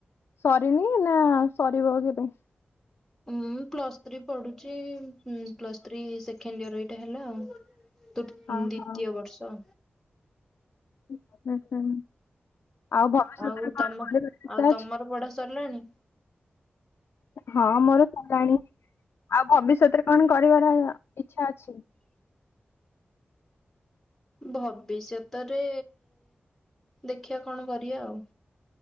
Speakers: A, on the left; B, in the centre.
A: ସରିନି ନା ସରିଭ କେବେ?
B: ମୁଁ ପ୍ଲସ୍ ଥ୍ରୀ ପଢୁଛି ହୁଁ ପ୍ଲସ୍ ଥ୍ରୀ ସେକେଣ୍ଡ ଇୟର ଏଇଟା ହେଲା ଆଉ। ତୃ ଦ୍ୱିତୀୟ
A: ହଁ ହଁ
B: ବର୍ଷ।
A: ହୁଁ ହୁଁ ଆଉ ଭବିଷ୍ୟତରେ
B: ଆଉ
A: କଣ
B: ତମ
A: କରିବାର ଇଚ୍ଛା
B: ଆଉ
A: ଅଛି?
B: ତମର ପଢା ସରିଲାଣି।
A: ହଁ ମୋର ସଲାଣୀ ଆଉ ଭବିଷ୍ୟତରେ କଣ କରିବାର ଇଛା ଅଛି।
B: ଭବିଷ୍ୟତରେ ଦେଖିବା କଣ କରିବା ଆଉ।